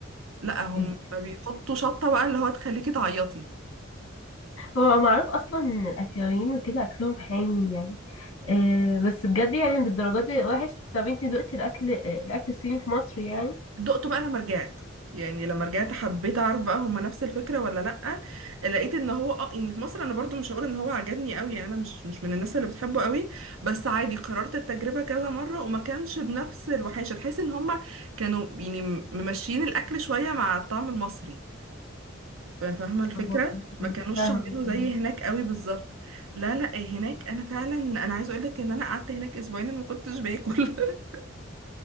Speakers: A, on the right (about 85°); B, on the left (about 80°).
A: لا هم
B: انت
A: بيحطوا شطة بقى اللي هو تخليكي تعيطي
B: هو معروف اصلا ان الاسيويين وكده اكلهم حامي يعني آه بس بجد يعني للدرجه دي وحش طب انت دقتي الاكل الاكل الصيني في مصر يعني
A: دقته بقى لما رجعت يعني لما رجعت حبيت اعرف بقى هما نفس الفكره ولا لا لقيت ان هو اه يعني في مصر انا برضو مش هقول ان هو عجبني قوي يعني انا مش مش من الناس اللي بتحبه قوي بس عادي قررت التجربه كذا مره وما كانش بنفس الوحشه تحس ان هما كانوا يعني م- ممشيين الاكل شويه مع الطعم المصري فا- فاهمه الفكره
B: آه،
A: ما كانوش
B: فاهمة
A: عاملينه زي هناك قوي بالظبط لا لا هناك انا فعلا انا عايزه اقول لك ان انا قعدت هناك اسبوعين أنا ما كنتش باكل <laughs>